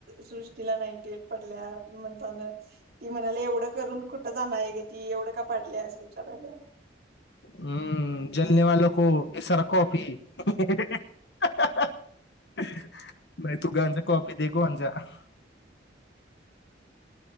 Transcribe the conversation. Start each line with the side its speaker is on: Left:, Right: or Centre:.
Right: सृष्टीला नाईंटी एट पडल्या म्हणताना ती म्हणाले एवढं करून कुठं जाणार आहे ग ती एवढं का पाडलेय असं विचाराला.
Left: हम्म जलने वो को इसारा <unintelligible> नाही तु <unintelligible> कॉप. <unintelligible>